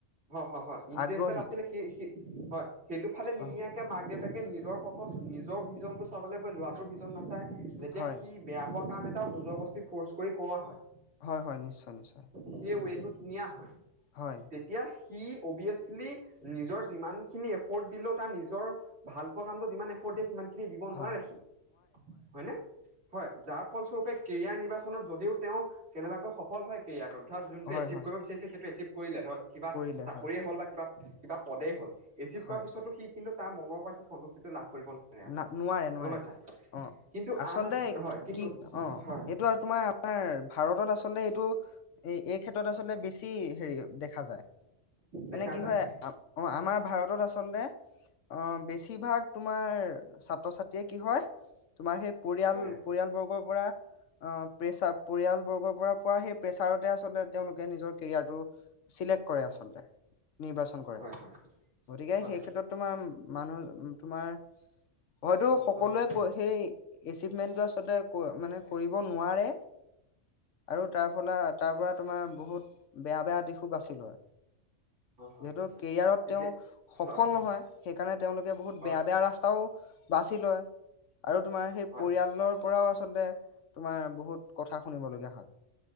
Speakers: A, on the right; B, on the left.
A: হয় হয় ইনট্ৰেজ
B: আগ্ৰহী
A: আছিলে সি সি হয়। সেইটো ফালে নিনিয়াকে
B: অ
A: মাক-দেউতাকে। এ নিজৰ পথত নিজৰ ভিজনটো চাবলৈ গৈ ল'ৰাটোৰ ভিজন নাচায়। যেতিয়া
B: হয়
A: সি বেয়া পোৱা কাম এটা। জুৰ-জোবৰদোস্তি ফৰ্চ কৰি কুৰুৱা হয়।
B: হয়, হয় নিশ্চয় নিশ্চয়।
A: সেই ৱেটোত নিয়া হয়।
B: হয়
A: তেতিয়া। সি অভিয়াছিলি। নিজৰ যিমানখিনি এফৰ্ট দিলেও তাৰ নিজৰ ভাল পোৱা কামটো যিমান এফৰ্ট দিয়ে। সিমান খিনি দিব নোৱাৰে
B: হয়
A: সি, হয় নে হয় যাৰ ফলস্বৰূপে। কেৰিয়াৰ নিৰ্বাচনত যদিও তেওঁ কেনেবাকৈ সফল হয় কেৰিয়াক। শ্ৰদ্ধাত যোনটো
B: হয়
A: এচিভ
B: হয়
A: কৰিব বিচাৰছে সেইটো এচিভ। কৰিলে ধৰ। কিবা
B: কৰিলে
A: চাকৰিয়ে
B: হয়
A: হ'ল বা কিবা। কিবা পদেই হ'ল। এচিভ
B: হয়
A: কৰাৰ পিছতো সি কিন্তু। তাৰ মনৰ পৰা সি সন্তুষ্টিটো লাভ। কৰিব নোৱাৰে
B: না নোৱাৰে, নোৱাৰে।
A: গম পাইছা
B: অ',
A: কিন্তু
B: আচলতে
A: আনহাতে হয় কিন্তু
B: কি অ
A: হয়
B: এইটো আৰু তোমাৰ আমাৰ ভাৰতত আচলতে এইটো এই এই ক্ষেত্ৰত আচলতে বেছি হেৰি দেখা যায়।
A: দেখা
B: মানে কি
A: যায়
B: হয় অ' আমাৰ ভাৰতত আচলতে অ', বেছিভাগ। তোমাৰ। ছাত্ৰ-ছাত্ৰীয়ে কি হয় তোমাৰ সেই। পৰিয়াল
A: হয়
B: পৰিয়ালবৰ্গক। পৰা অ', প্ৰেচাব পৰিয়াল বৰ্গৰ পৰা পোৱা সেই প্ৰেচাৰতে আচলতে তেওঁলোকে নিজৰ কেৰিয়াৰটো চিলেক্ট কৰে আচলতে। নিৰ্বাচন কৰে,
A: হয় হয়
B: গতিকে
A: হয়
B: সেই
A: হয়
B: ক্ষেত্ৰত তোমাৰ মানুহ। তোমাৰ। হয়তো সকলোৱে
A: হয় হয়
B: কয় সেই। এচিভমেণ্টটো আচলতে ক মানে কৰিব নোৱাৰে। আৰু তাৰ ফলাত। তাৰ পৰা তোমাৰ বহুত বেয়া বেয়া দিশো বাচি লয়।
A: হয় হয়
B: যিহেতু
A: হয়
B: কেৰিয়াৰত
A: এতিয়া
B: তেওঁ সফল
A: হয় হয়
B: নহয় সেইকাৰণে তেওঁলোকে বহুত
A: হয়
B: বেয়া
A: হয়
B: বেয়া
A: হয়
B: ৰাস্তাও বাচি লয়। আৰু তোমাৰ সেই
A: হয়
B: পৰিয়ালৰ
A: হয়
B: পৰাও আচলতে তোমাৰ বহুত কথা শুনিবলগীয়া হয়।